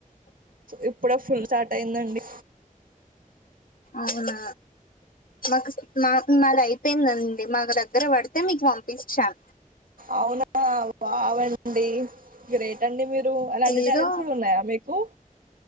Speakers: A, on the right; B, on the left.
A: ఇప్పుడే ఫుల్ స్టార్ట్ అయిందండి
B: అవునా మాకు మా మాది అయిపోయిందండి మాకు దగ్గర పడుతు తే మీకు పంపిచ్చాం
A: అవునా ఆ వావండి గ్రేట్ అండి మీరు అలాంటి
B: ఏదో
A: టాలెంట్స్ కూడా ఉన్నాయా మీకు